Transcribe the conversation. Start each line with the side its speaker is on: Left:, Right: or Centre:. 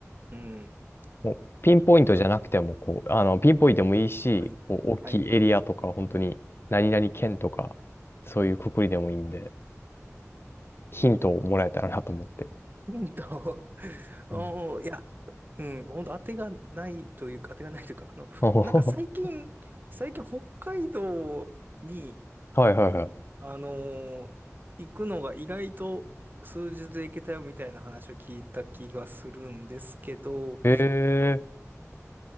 Right: うん。
Left: もうピンポイントじゃなくても、
Right: いや、
Left: こう、あの、ピンポイントでもいいし、
Right: はい。
Left: こう、大きいエリアとか、
Right: はい。
Left: 本当に、何々県とか、そういうくくりでもいいんで、ヒントをもらえたらなと思って。
Right: ヒント、<laughs>
Left: うん
Right: おー、いや、うん、本当当てがないというか、当てがないというか、あの、ふなんか最近、
Left: <laughs>
Right: 最近北海道に、
Left: はいはいはい。
Right: あのー行くのが意外と数日で行けたよみたいな話を聞いた気がするんですけど、
Left: ええ